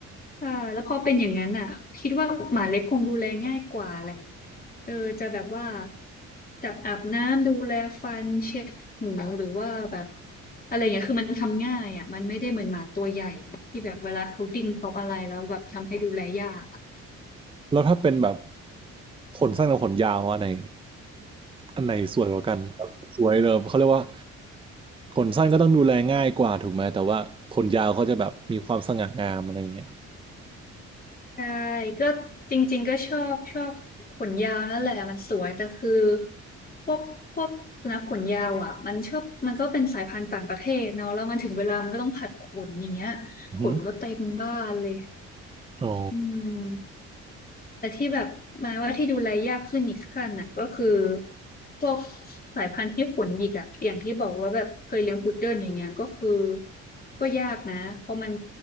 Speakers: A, on the left; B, on the right.
A: ค่ะแล้วพอเป็นอย่างนั้นอ่ะคิดว่าหมาเล็กคงดูแลง่ายกว่าแหละเออจะแบบว่าจับอาบน้ำดูแลฟันเช็ดหูหรือว่าแบบอะไรงเงี้ยคือมันทำง่ายอ่ะมันไม่ได้เหมือนหมาตัวใหญ่ที่แบบเวลาเขาดิ้นเขาอะไรแล้วแบบทำให้ดูแลยากอะ
B: แล้วถ้าเป็นแบบขนสั้นกับขนยาวอันไหนอันไหนสวยกว่ากันแบบสวยเลยเขาเรียกว่าขนสั้นก็ต้องดูแลง่ายกว่าถูกไหมแต่ว่าขนยาวเขาจะแบบมีความสง่างามอะไรอย่างเงี้ย
A: ใช่ก็จริงๆก็ชอบชอบขนยาวนั่นแหละมันสวยแต่คือพวกพวกสุนัขขนยาวอ่ะมันชอบมันก็เป็นสายพันธุ์ต่างประเทศเนาะแล้วมันถึงเวลามันก็ต้องผัดขนอย่างเงี้ยขนก็เต็มบ้านเลย
B: อือหืออ๋อ
A: อืม แต่ที่แบบหมายว่าที่ดูแลยากขึ้นอีกขั้นน่ะก็คือพวกสายพันธุ์ที่ขนหยิกอะอย่างที่บอกว่าแบบเคยเลี้ยงพุดเดิ้ลอย่างเงี้ยก็คือก็ยากนะเพราะมัน